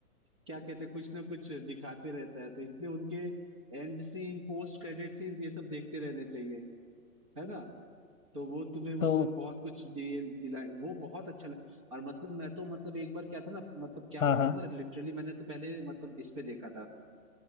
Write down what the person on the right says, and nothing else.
क्या कहते हैं कुछ ना कुछ दिखाते रहता है तो इसलिए उनके end scene post credit scenes ये सब देखते रहने चाहिए है ना तो वो तुम्हें मतलब
बहुत कुछ दिए दिलाए वो बहुत अच्छा लग और मतलब मैं तो मतलब एक बार क्या था ना मतलब क्या
हुआ
था ना लिटरली मैंने तो पहले मतलब इस पे देखा था